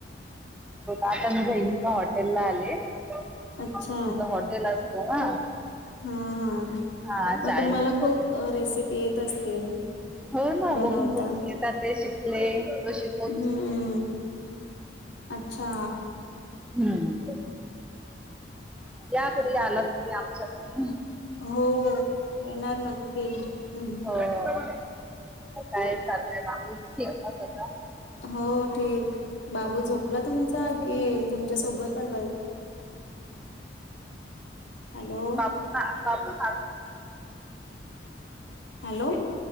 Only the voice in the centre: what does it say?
आताझ हिंका हॉटेल ला आले तिच
हॉटेल असत ना
हा
चायनीज
साठी
हो ना
बघून बघेत ते शिकले तो श
हम्म याक आला तुरी आमच्याकडे
हो काय चालतय सग
बापू का बापू का